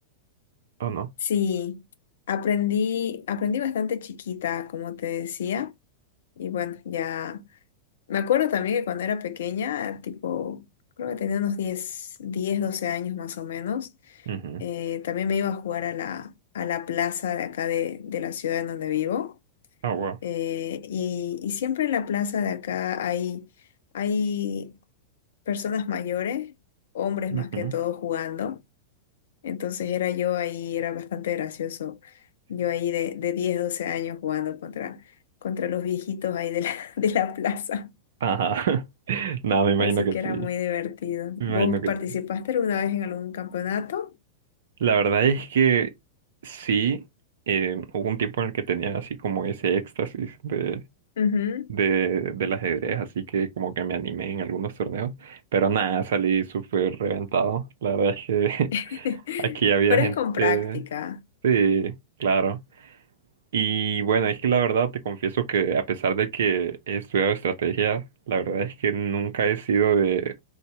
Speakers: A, on the right; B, on the left.
A: ¿o no?
B: Sí, aprendí, aprendí bastante chiquita, como te decía, y bueno, ya me acuerdo también que cuando era pequeña, tipo, creo que tenía unos diez, 10, 12 años más o menos,
A: Ujú.
B: eh, también me iba a jugar a la, a la plaza de acá de, de la ciudad en donde vivo.
A: Ah, wow.
B: Eh, y, y siempre en la plaza de acá hay, hay personas mayores, hombres
A: Ujú.
B: más que todo jugando. Entonces era yo ahí, era bastante gracioso. Yo ahí de, de 10 12 años jugando contra, contra los viejitos ahí de la, <laughs> de la plaza.
A: Ajá. <laughs> Nada, me imagino
B: Así
A: que
B: que era
A: sí.
B: muy divertido.
A: Me imagino
B: ¿Vos
A: que
B: participaste
A: sí.
B: alguna vez en algún campeonato?
A: La verdad es que sí, eh, hubo un tiempo en el que tenía así como ese éxtasis de,
B: Ujú.
A: de, del ajedrez, así que como que me animé en algunos torneos, pero nada, salí súper reventado. La verdad es que
B: <laughs>
A: <laughs> Aquí había
B: Pero
A: gente.
B: es con práctica.
A: Sí, claro. Y bueno, es que la verdad te confieso que a pesar de que he estudiado estrategia, la verdad es que nunca he sido de...